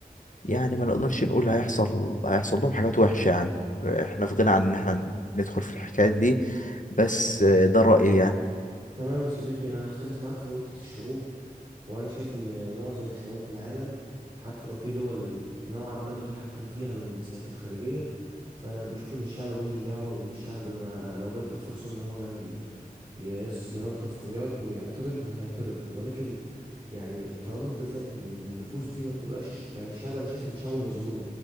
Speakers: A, on the left; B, on the right.
A: يعني ما نقدرش نقول هيحصل هيحصل لهم حاجات وحشة يعني احنا في غنى عن ان احنا ندخل في الحكايات دي بس آه، ده رأيي يعني
B: تمام يا صديقي انا هختلف معاك في نقطة الشعوب وانا شايف ان معظم الشعوب في العالم حتى لو في دول نوعا ما متحكم فيها من سياسات خارجية فانا بشوف ان الشعب ملوش دعوة وان الشعب ما لو جات له الفرصة ان هو ي- يز- ينظف ويعرف ويعترض هيعترض ولكن يعني طالما انت زي النفوس دي ما بتبقاش يعني الشعب انا شايف ان الشعب مظلوم